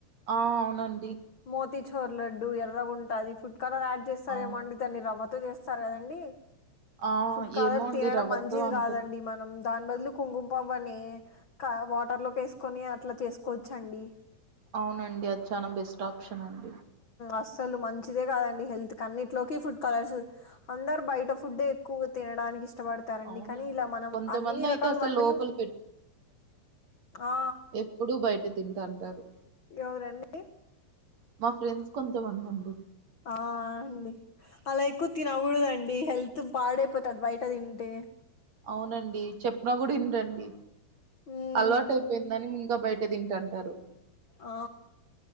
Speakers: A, on the right (about 45°); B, on the left (about 55°).
A: ఆ అవునండి
B: మోతీచోరు లడ్డు ఎర్రగుంటది. ఫుడ్ కలర్ యాడ్ చేస్తారేమో
A: ఆ
B: అండి. దాన్ని రవ్వతో చేస్తారు కదండి
A: ఆ
B: ఫుడ్ కాలర్
A: ఏమో అండి
B: తినడం
A: రవ్వతో
B: మంచిది
A: అంత
B: కాదండి. మనం దాని బదులు కుంకుమ పువ్వు అనే కాదా వాటర్ లోకి వేసుకొని అట్లా చేసుకోవచ్చండి.
A: అవునండి. అది చాలా బెస్ట్ ఆప్షన్ అండి.
B: అస్సలు మంచిదే కాదండి. హెల్త్కి అన్నింటిలోకి ఫుడ్ కలర్స్ అందరు బయట ఫుడ్ ఎక్కువగా తినడానికి ఇ ష్టపడతారండి
A: అవునండి
B: కనీ ఇలా మనం
A: కొంతమంది
B: అన్ని
A: అయితే
B: రకాల
A: అసలు
B: వంటలు
A: లోపల
B: ఆ
A: ఎప్పుడు బయటే తింట అంటారు
B: ఎవరండి
A: మా ఫ్రెండ్స్ కొంతమందండి
B: ఆ అండి అలా ఎక్కువ తినకూడదండి హెల్త్ పాడైపోతది బయట తింటే
A: అవునండి చెప్పిన కూడ ఇన్రండి
B: మ్మ్
A: అలవాటైయిపోయిందని ఇంకా బయట తింట అంటారు
B: ఆ